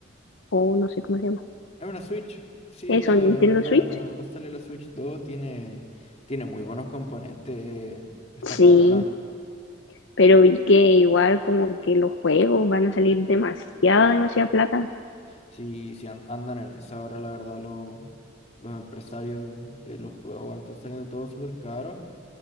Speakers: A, on the left (about 70°); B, on the left (about 35°).
A: o no sé cómo se llama.
B: Es una Switch. Sí,
A: Eso,
B: la,
A: Nintendo
B: la,
A: Switch.
B: va a salir la Switch dos Tiene, tiene muy buenos componentes. Esta
A: Sí,
B: cabrona.
A: pero vi que igual como que los juegos van a salir demasiada, demasiada plata.
B: Sí, sí an- andan en esa ahora, la verdad, los, los empresarios de los juegos weón, están saliendo todo súper caro.